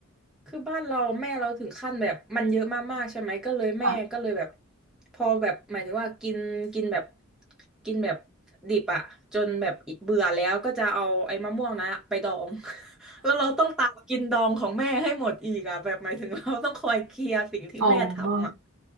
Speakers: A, in the centre; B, on the right (about 75°).
A: คือบ้านเราแม่เราถึงขั้นแบบมันเยอะมากๆใช่ไหมก็เลยแม่ก็เลยแบบ
B: ค่ะ
A: พอแบบหมายถึงว่ากินกินแบบกินแบบดิบอะจนแบบเบื่อแล้วก็จะเอาไอ้มะม่วงนะไปดอง <laughs> แล้วเราต้องตามกินดองของแม่ให้หมดอีกอะแบบหมายถึงเราต้องคอยเคลียร์สิ่งที่แม่ทำอะ
B: อ๋อ